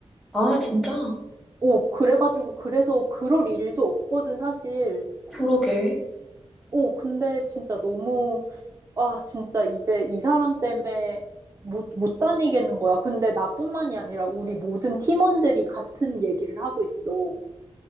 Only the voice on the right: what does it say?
오, 그래가지고, 그래서 그럴 일도 없거든, 사실.
오, 근데 진짜 너무, 아, 진짜 이제 이 사람 때문에 못, 못 다니겠는 거야. 근데 나뿐만이 아니라 우리 모든 팀원들이 같은 얘기를 하고 있어.